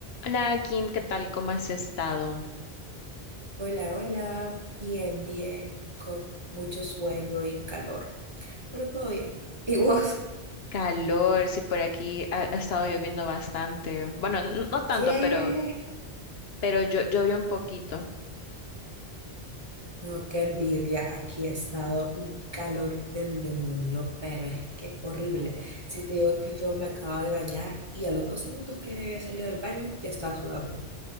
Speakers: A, on the left; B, on the right.
A: Hola Kim, ¿qué tal? ¿Cómo has estado?
B: Hola, hola, bien, bien, con mucho sueño y calor, pero todo bien. <laughs> ¿Y vos?
A: Calor, sí, por aquí ha, ha estado lloviendo bastante. Bueno, n- no tanto,
B: ¿Qué?
A: pero, pero yo llovió un poquito.
B: No, qué envidia, aquí ha estado un calor del demonio, pero es que horrible. Si te digo que yo me acababa de bañar y a los dos segundos que había salido del baño ya estaba sudando.